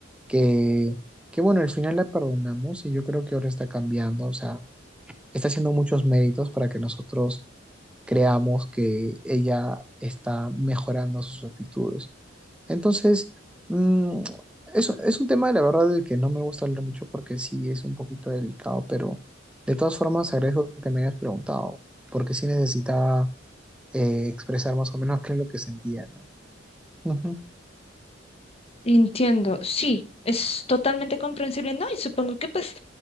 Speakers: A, in the centre; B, on the left (about 30°).
A: que, que bueno, al final la perdonamos y yo creo que ahora está cambiando, o sea está haciendo muchos méritos para que nosotros creamos que ella está mejorando sus actitudes. Entonces, mm, es, es un tema, la verdad, del que no me gusta hablar mucho porque sí es un poquito delicado, pero de todas formas agradezco que me hayas preguntado, porque sí necesitaba eh, expresar más o menos <laughs> qué es lo que sentía, ¿no? Ujú,
B: Entiendo, sí, es totalmente comprensible, ¿no? Y supongo que pues